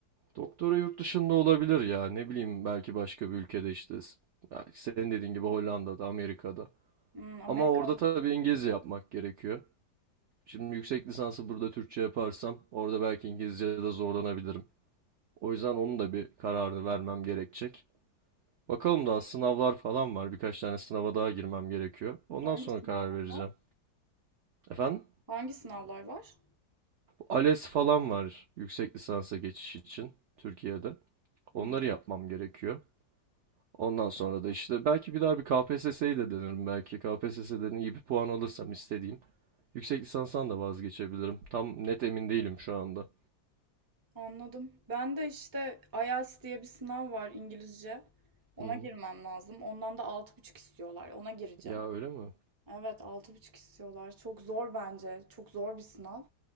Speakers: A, on the right; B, on the right.
A: Doktora yurt dışında olabilir ya ne bileyim belki başka bir ülkede işte belki senin dediğin gibi Hollanda'da, Amerika'da.
B: Hmm, Amerika
A: Ama orada tabii İngilizce yapmak gerekiyor. Şimdi yüksek lisansı burada Türkçe yaparsam orada belki İngilizce'de zorlanabilirim. O yüzden onun da bir kararını vermem gerekecek. Bakalım daha sınavlar falan var. Birkaç tane sınava daha girmem gerekiyor. Ondan
B: hangi
A: sonra
B: sınavlar
A: karar vereceğim.
B: var?
A: Efendim?
B: Hangi sınavlar var?
A: ALES falan var yüksek lisansa geçiş için Türkiye'de.
B: Hmm,
A: Onları yapmam gerekiyor. Ondan sonra da işte belki bir daha bir KPSS'yi de denerim belki. KPSS'den iyi bir puan alırsam istediğim. Yüksek lisanstan da vazgeçebilirim. Tam net emin değilim şu anda.
B: anladım. Ben de işte IELTS diye bir sınav var İngilizce. Ona
A: Hı hı.
B: girmem lazım. Ondan da altı buçuk istiyorlar. Ona gireceğim.
A: Ya öyle mi?
B: Evet altı buçuk istiyorlar. Çok zor bence. Çok zor bir sınav.